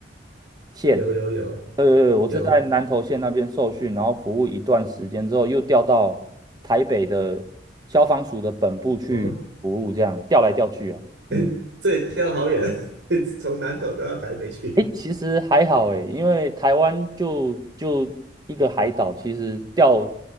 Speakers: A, on the right; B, on the right.
A: 县，
B: 有有有
A: 呃，我是在南投县那边受训，
B: 有
A: 然后服务一段时间之后，又调到台北的消防署的本部去服务，
B: 哦，
A: 这样调来调去啊。
B: <laughs>
A: 嗯，
B: 这里掉好远，<laughs> 从南投掉到台北去。
A: 诶，其实还好诶，因为台湾就就一个海岛，其实调